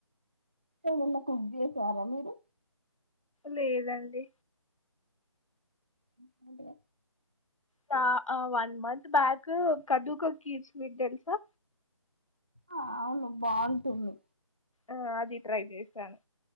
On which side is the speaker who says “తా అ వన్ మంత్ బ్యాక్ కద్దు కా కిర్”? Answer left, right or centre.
Left